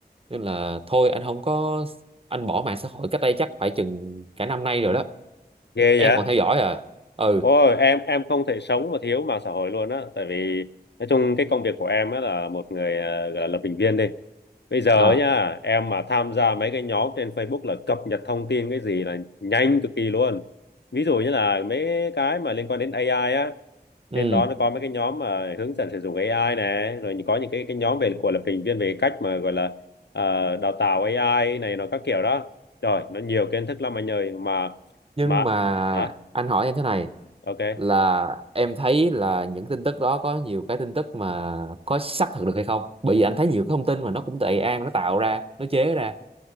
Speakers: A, on the right; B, on the left.
A: Nên là thôi anh không có... Anh bỏ mạng xã hội cách đây chắc phải chừng cả năm nay rồi đó.
B: Ghê
A: Em
B: vậy?
A: còn theo dõi à? Ừ.
B: Ôi, em em không thể sống mà thiếu mạng xã hội luôn á. Tại vì nói chung cái công việc của em á là một người ờ, gọi là lập trình viên đi. Bây giờ
A: À.
B: á nha, em mà tham gia mấy cái nhóm trên Facebook là cập nhật thông tin cái gì là nhanh cực kỳ luôn. Ví dụ như là mấy cái mà liên quan đến AI á.
A: Ừ.
B: trên đó nó có mấy cái nhóm mà hướng dẫn sử dụng AI này rồi có những cái cái nhóm về của lập trình viên về cách mà gọi là ờ, đào tạo AI này nó các kiểu đó trời nó nhiều kiến thức lắm anh ơi mà
A: nhưng
B: mà
A: mà
B: hả
A: anh hỏi em thế này
B: ok
A: là em thấy là những tin tức đó có nhiều cái tin tức mà có xác thực được hay không bởi vì anh thấy nhiều cái thông tin mà nó cũng từ AI nó tạo ra nó chế ra